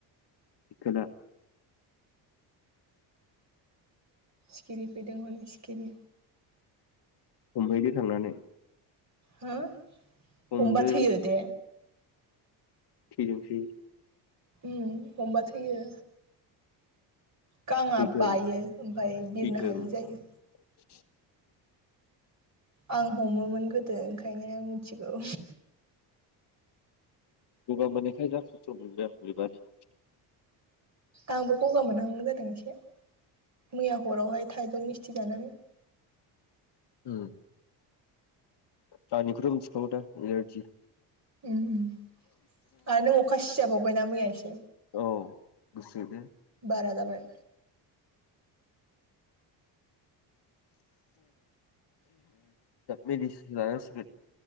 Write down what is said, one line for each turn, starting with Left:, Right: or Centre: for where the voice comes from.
Left: इकदा
Right: सिखिरि फैदों हनै सिखिरि
Left: हमहैदो थांनानै
Right: हो
Left: हमदो
Right: हमबा थैयो दे
Left: थैथोंसै
Right: उम हमबा थैयो गांआ
Left: थैथों
Right: बायो ओमफ्राय बिरनो
Left: थैथों
Right: हायै जायो
Left: <inaudible>
Right: आं हमोमोन गोदो ओंखायनो आं मिथिगौ
Left: गगा मोननायखाय जा खस्थ मोनदों बुरैबानो
Right: आंबो गगा मोनहांआं जादों एसे मैया हरावहाय थाइजौ मिस्थि जानानै
Left: ओम ओम दानिखौथ मोनथि खागो दा एलारजि
Right: उम उम आरो नों अखा सिजाबावबायना मैया एसे
Left: औ गुसुनो
Right: बाराजाबाय
Left: मेडिसिन जानांसिगोन